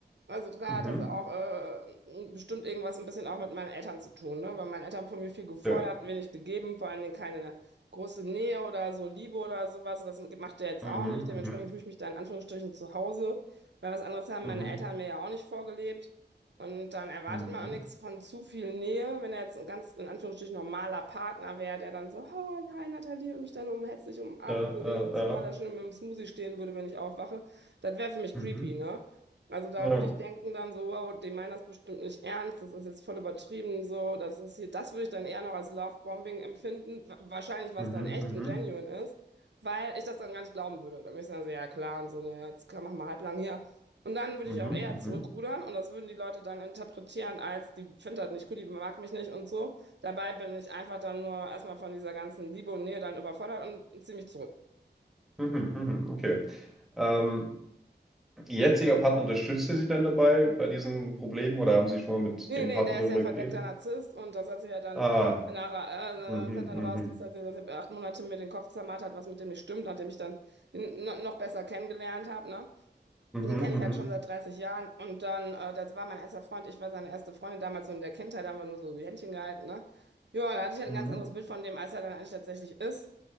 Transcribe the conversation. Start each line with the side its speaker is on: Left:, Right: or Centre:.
Right: Also klar
Centre: mhm,
Right: hat das auch äh, bestimmt irgendwas ein bisschen auch mit meinen Eltern zu tun, ne? Weil meine Eltern von mir viel gefordert,
Centre: ja.
Right: wenig gegeben, vor allen Dingen keine große Nähe oder so Liebe oder sowas. Das macht der jetzt
Centre: Mhm,
Right: auch nicht. Dementsprechend
Centre: mhm,
Right: fühle ich mich da in Anführungsstrichen zu Hause, weil was anderes haben
Centre: mhm,
Right: meine Eltern mir ja auch nicht vorgelebt. Und dann erwartet
Centre: mhm.
Right: man auch nichts von zu viel Nähe, wenn er jetzt ein ganz, in Anführungsstrichen, normaler Partner wäre, der dann so, hi hi Nathalie, und mich dann um herzlich umarmen
Centre: Ja,
Right: würde,
Centre: ja,
Right: jedes
Centre: ja.
Right: Mal da schon mit dem Smoothie stehen würde, wenn ich aufwache. Das wäre für mich
Centre: Mhm,
Right: creepy, ne? Also da
Centre: ja.
Right: würde ich denken dann so, wow, die meinen das bestimmt nicht ernst, das ist jetzt voll übertrieben, so, das ist hier, das würde ich dann eher noch als Lovebombing empfinden, wa- wahrscheinlich was
Centre: Mhm,
Right: dann echt
Centre: mhm, mhm,
Right: und genuine ist, weil ich das dann gar nicht glauben würde. Dann würde ich sagen, so, ja klar, und so, ne, jetzt kann- mach mal halblang hier. Und dann würde
Centre: mhm,
Right: ich auch eher
Centre: mhm,
Right: zurückrudern und das würden die Leute dann interpretieren als, die findet das nicht cool, die mag mich nicht und so. Dabei bin ich einfach dann nur erstmal von dieser ganzen Liebe und Nähe dann überfordert und ziehe mich zurück.
Centre: mhm, mhm, okay. Ähm, Ihr jetziger Partner unterstützt ihr sie denn dabei bei diesen Problemen oder haben Sie schon mal mit
Right: Nee,
Centre: Ihrem
Right: nee,
Centre: Partner
Right: der
Centre: darüber
Right: ist ja verdeckter
Centre: geredet?
Right: Narzisst und das hat sich ja dann
Centre: Ah,
Right: nachher,
Centre: mhm,
Right: äh, hat dann
Centre: mhm,
Right: rauskristallisiert, dass er acht Monate mir den Kopf zermartert hat, was mit dem nicht stimmt, nachdem ich dann ihn no- noch besser kennengelernt habe, ne?
Centre: mhm,
Right: Den
Centre: mhm,
Right: kenne ich halt schon seit 30 Jahren. Und dann, äh, das war mein erster Freund. Ich war seine erste Freundin damals so in der Kindheit, da haben wir nur so die Händchen gehalten, ne? Ja, da hatte ich halt
Centre: mhm.
Right: ein ganz anderes Bild von dem, als er dann eigentlich tatsächlich ist.